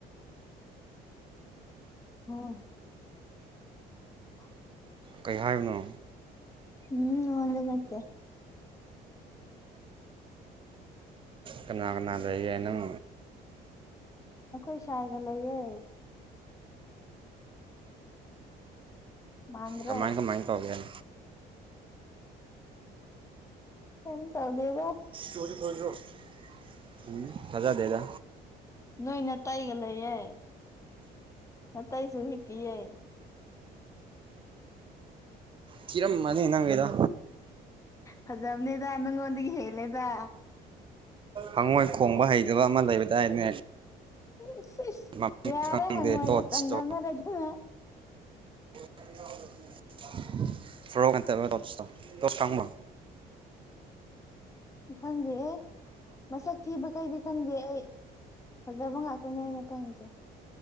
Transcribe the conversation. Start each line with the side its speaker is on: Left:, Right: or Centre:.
Left: ꯍꯝ ꯊꯥꯑ
Right: ꯀꯩ ꯍꯥꯏꯕꯅꯣ
Left: ꯎꯨꯝ ꯑꯗꯣ ꯅꯠꯇꯦ
Right: ꯀꯅꯥ ꯀꯅꯥ ꯂꯩꯌꯦ ꯅꯪ
Left: ꯑꯈꯣꯏ ꯁꯥꯏꯒ ꯂꯩꯌꯦ ꯃꯥꯟꯗ꯭ꯔꯣ
Right: ꯀꯃꯥꯏ ꯀꯃꯥꯏ ꯇꯧꯒꯦ ꯥꯏ
Left: ꯀꯩꯝ ꯇꯧꯗꯦꯗ
Right: <inaudible> ꯎꯨꯝ ꯊꯥꯖꯥꯗꯦꯗ
Left: ꯅꯣꯏ ꯅꯇꯩꯒ ꯂꯩꯌꯦ ꯅꯇꯩꯁꯨ ꯍꯤꯞꯄꯤꯌꯦ
Right: ꯀꯤꯔꯝꯃꯅꯤ ꯅꯪꯒꯦꯗ
Left: ꯐꯖꯕꯅꯦꯗ ꯅꯪꯉꯣꯟꯗꯒꯤ ꯍꯦꯜꯂꯦꯗ
Right: ꯍꯉꯣꯏ ꯈꯣꯡꯕ ꯍꯩꯇꯕ ꯑꯃ ꯂꯩꯕꯗꯥꯏꯅꯦ
Left: ꯎꯁ
Right: ꯃꯃꯤꯡ
Left: ꯌꯥꯔꯦ
Right: ꯈꯪꯗꯦ
Left: ꯍꯪꯉꯣꯏꯒ
Right: ꯇꯣꯠꯁꯇꯣ
Left: ꯆꯪꯗꯝꯅꯔ ꯑꯗꯨꯅ
Right: <unintelligible> ꯐ꯭ꯔꯣꯛ ꯑꯦꯟꯇ ꯗꯁꯇ ꯗꯁꯇꯥꯒ ꯑꯃ
Left: ꯈꯪꯗꯦ ꯃꯁꯛ ꯊꯤꯕꯈꯩꯗꯤ ꯈꯪꯗꯦ ꯑꯩ ꯐꯖꯕ ꯉꯥꯛꯇꯅꯦ ꯑꯩꯅ ꯈꯪꯁꯦ